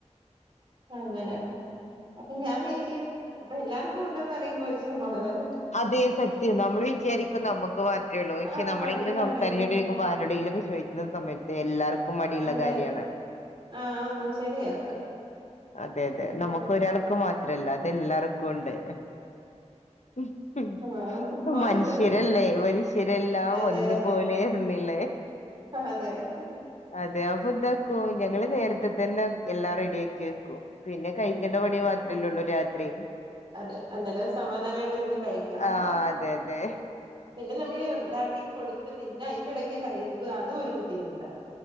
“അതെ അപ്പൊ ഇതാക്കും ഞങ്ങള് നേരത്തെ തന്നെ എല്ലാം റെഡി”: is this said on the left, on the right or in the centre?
Left